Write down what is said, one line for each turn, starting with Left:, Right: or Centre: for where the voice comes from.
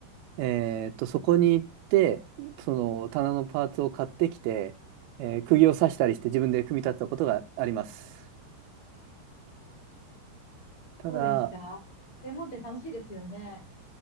Right: えーっと、そこに行って、その棚のパーツを買ってきて、えー釘を刺したりして自分で組み立てたことがあります。ただ、
Left: どうですか専門店楽しいですよね。